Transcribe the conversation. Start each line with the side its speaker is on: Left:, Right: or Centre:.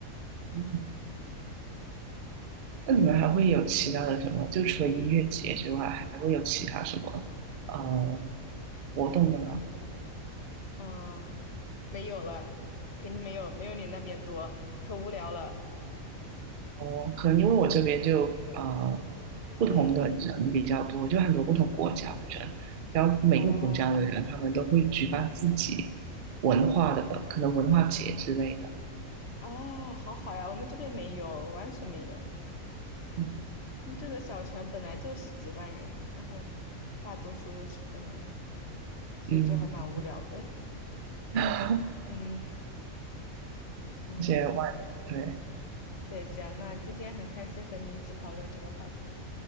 Right: 嗯，那你们还会有其他的什么？就除了音乐节之外，还会有其他什么呃活动的吗？
Left: 嗯，没有了，肯定没有没有你那边多，可无聊了。
Right: 哦，可能因为我这边就呃不同的人比较多，
Left: 嗯，
Right: 就很多不同国家的人，然后每个国家的人他们都会举办自己文化的可能文化节之类的，
Left: 哦哦，好好呀，我们这边没有，完全没有。
Right: 嗯
Left: 嗯这个小城本来就十几万人，然后大多数又是芬兰人，所以就还蛮无聊的。
Right: 嗯 <laughs>，
Left: <laughs> 嗯嗯。
Right: 而且外对，
Left: 对，行，那今天很开心和你一起讨论这个话题，